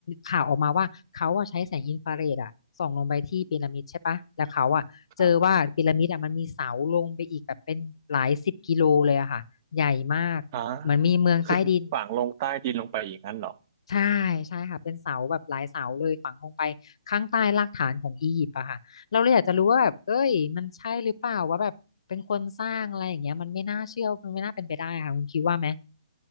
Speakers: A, on the left; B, on the right.
A: ข่าวออกมาว่าเขาอะใช้แสงอินฟราเรดอะส่องลงไปที่พีระมิดใช่ปะแล้วเขาอะเจอว่าพีระมิดอะมันมีเสาลงไปอีกแบบเป็นหลายสิบกิโลเลยอะค่ะใหญ่มากเหมือนมีเมืองใต้ดิน
B: ครับฮะ คือฝังลงใต้ดินลงไปอย่างนั้นเหรอ
A: ใช่ใช่ค่ะเป็นเสาแบบหลายเสาเลยฝังลงไปข้างใต้รากฐานของอียิปต์อะค่ะเราเลยอยากจะรู้ว่าแบบเอ้ยมันใช่หรือเปล่าว่าแบบเป็นคนสร้างอะไรอย่างเงี้ยมันไม่น่าเชื่อมันไม่น่าเป็นไปได้ค่ะคุณคิดว่าไหม